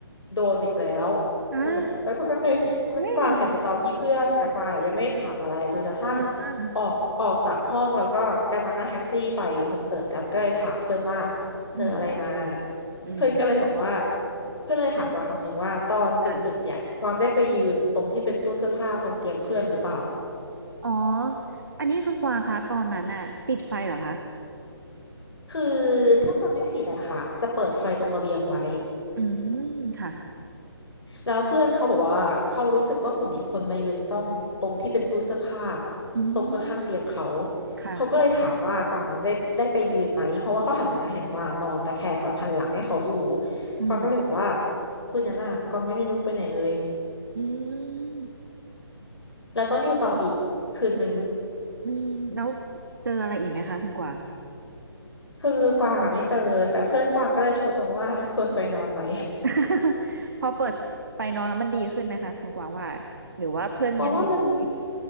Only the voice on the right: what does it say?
อ่ะ
เฮ้ย
เออ
อืมอืม
ค่ะอ๋ออันนี้คือกวางคะตอนนั้นน่ะปิดไฟเหรอคะ
อืมค่ะ
อืม
ค่ะ
อืม
อืม
อืมแล้วเจออะไรอีกไหมคะคุณกวาง
<laughs> พอเปิดไฟนอนแล้วมันดีขึ้นไหมคะคุณกวางว่าหรือว่าเพื่อนยังเห็นไหม